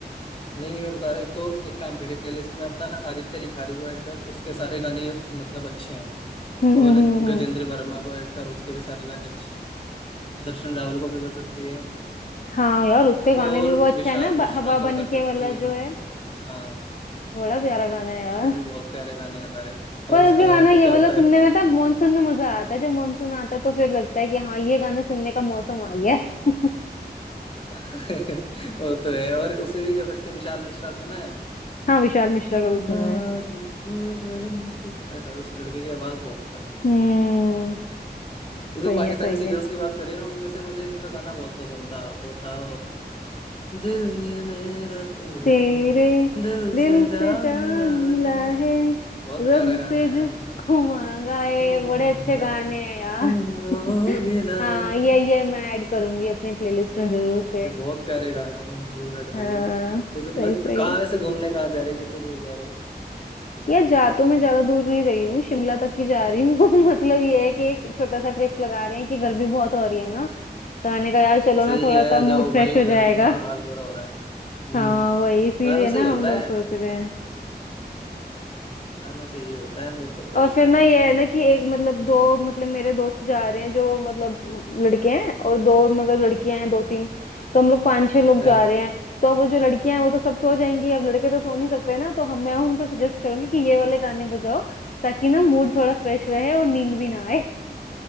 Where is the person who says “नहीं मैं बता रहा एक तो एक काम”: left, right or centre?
Left